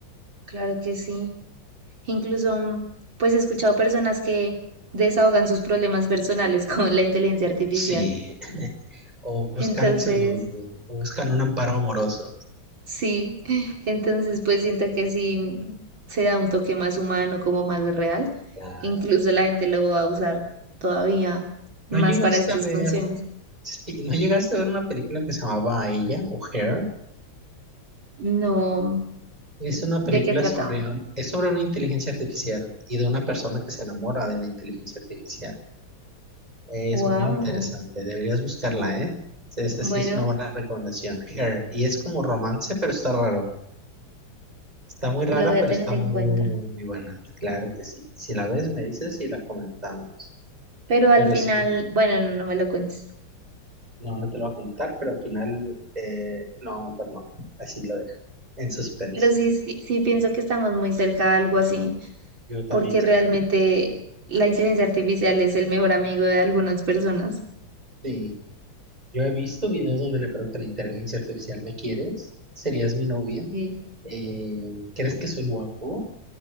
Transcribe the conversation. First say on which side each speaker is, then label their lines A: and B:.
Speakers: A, on the right; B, on the right.
A: Claro que sí. Incluso mm, pues he escuchado personas que desahogan sus problemas personales <laughs> con la inteligencia artificial.
B: Sí, o buscan
A: Entonces,
B: su, o buscan un amparo amoroso.
A: sí, <laughs> entonces pues siento que sí mm, se da un toque más humano, como más real.
B: Claro.
A: Incluso la gente lo va a usar todavía más
B: ¿No llegaste
A: para estas
B: a ver,
A: funciones.
B: sí, no llegaste a ver una película que se llamaba Ella o Her?
A: No, mm,
B: Es una película
A: ¿de qué trata?
B: sobre, un- es sobre una inteligencia artificial y de una persona que se enamora de la inteligencia artificial. Es
A: Wow.
B: muy interesante, deberías buscarla, ¿eh? Esa
A: Bueno,
B: sí es una buena recomendación. Her. Y es como romance, pero está raro. Está muy
A: lo
B: rara,
A: voy a
B: pero
A: tener
B: está
A: en
B: muy
A: cuenta.
B: buena. Claro que sí. Si la ves, me dices y la comentamos.
A: Pero al
B: Pero
A: final,
B: sí,
A: bueno, no, no me lo cuentes.
B: no, no te lo voy a contar, pero al final, eh, no, mejor no. Así lo dejo. En suspenso.
A: Pero sí, sí, sí pienso que estamos muy cerca de algo así,
B: Yo también
A: porque
B: creo.
A: realmente la inteligencia artificial es el mejor amigo de algunas personas.
B: Sí. Yo he visto videos donde le preguntan a la inteligencia artificial, ¿me quieres? ¿Serías mi novia?
A: Sí,
B: Eh, ¿crees que soy guapo?